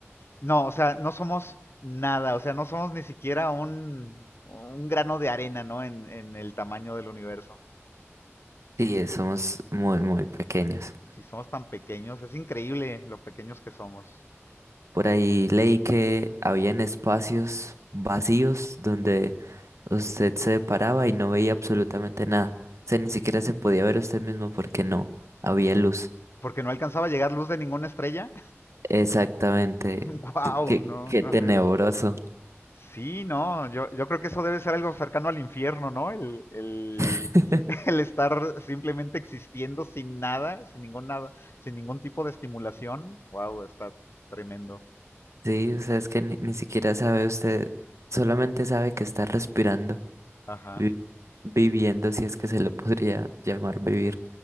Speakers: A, on the left; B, on the right.
A: No, o sea, no somos nada, o sea, no somos ni siquiera un, un grano de arena, ¿no? En, en el tamaño del universo.
B: Sí, eh, somos muy, muy pequeños.
A: Si somos tan pequeños, es increíble lo pequeños que somos.
B: Por ahí leí que habían espacios vacíos donde Usted se paraba y no veía absolutamente nada. O sea, ni siquiera se podía ver usted mismo porque no había luz.
A: porque no alcanzaba a llegar luz de ninguna estrella.
B: Exactamente.
A: <laughs> wow,
B: Qué,
A: no.
B: qué
A: Ajá.
B: tenebroso.
A: Sí, no, yo, yo creo que eso debe ser algo cercano al infierno, ¿no? El, el,
B: <laughs>
A: <laughs> el estar simplemente existiendo sin nada, sin ningún nada, sin ningún tipo de estimulación. Wow, está tremendo.
B: Sí, o sea, es que ni, ni siquiera sabe usted, solamente sabe que está respirando,
A: Ajá.
B: vi- viviendo, si es que se lo podría llamar vivir.